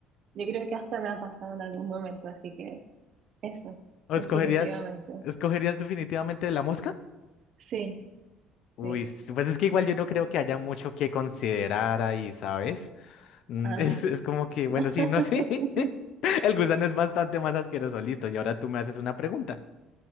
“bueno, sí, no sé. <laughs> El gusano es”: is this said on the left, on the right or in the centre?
Left